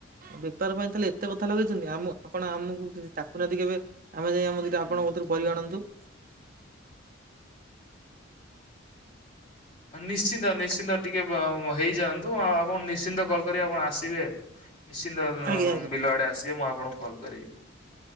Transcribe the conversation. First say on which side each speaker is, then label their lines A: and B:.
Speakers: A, on the right (about 45°); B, on the left (about 40°).
A: ବେପାର ପାଇଁ ତାହେଲେ ଏତେ କଥା ଲଗେଇଛନ୍ତି ଆମ ଆପଣ ଆମକୁ ତାକୁନାହାନ୍ତି କେବେ ଆମେ ଯାଇ ଆମ ଦିଟା ଆପଣଙ୍କ କତିରୁ ପରିବା ଆଣନ୍ତୁ।
B: ନିଶ୍ଚିନ୍ତ ନିଶ୍ଚିନ୍ତ ଟିକେ ବ ହେଇଯାଆନ୍ତୁ ଆ ଆପଣ ନିଶ୍ଚିନ୍ତ କଲ୍ କରିବେ ଆପଣ ଆସିବେ। ନିଶ୍ଚିନ୍ତ
A: ଆଜ୍ଞା ଆଜ୍ଞା
B: ବିଲ ଆଡ଼େ ଆସିବେ ମୁଁ ଆପଣଙ୍କୁ କଲ୍ କରିବି।